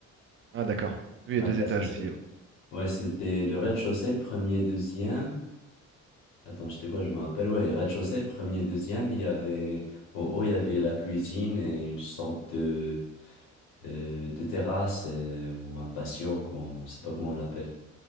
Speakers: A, on the right; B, on the left.
A: Ah, d'accord. Nous, il y
B: Ouais,
A: a deux
B: parce
A: étages
B: que c'était
A: aussi.
B: ouais, c'était le rez-de-chaussée, premier et deuxième. Attends, c'était quoi? Je me rappelle, ouais, rez-de-chaussée, premier, deuxième, il y avait, en haut, il y avait la cuisine et une sorte de, euh, de terrasse euh, ou un patio, qu'on, je sais pas comment on l'appelle,